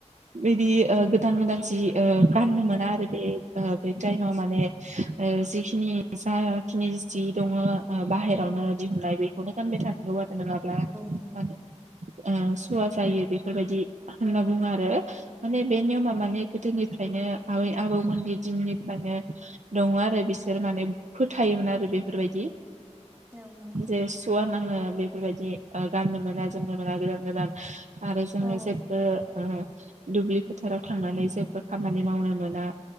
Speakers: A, on the right; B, on the right.
A: बिदि ओ गोदान गोदान जि ओ गाननो
B: औ
A: मोना आरो बे बे टाइमाव माने जि खिनि जाखिनि जि दङो बाहेरावनो
B: औ
A: दिहुननाय बेखौनो गानबाय थानांगौ आरो। नोङाब्ला मा
B: नंगौ
A: होनो ओ सुवा जायो बेफोरबायदि होनना
B: औ
A: बुङो आरो माने बे नियमा माने गोदोनिफ्रायनो आबै आबौमोननि दिननिफ्रायनो दङो आरो बिसोर माने फोथायोमोन आरो बेफोरबायदि।
B: औ नंगौ
A: जे सुवा नाङो बेफोरबायदि ओ गाननो मोना जोमनो मोना गोदान गोदान आरो जोङो
B: औ
A: जेबो ओ दुब्लि फोथाराव थांनानै जेबो खामानि मावनो मोना।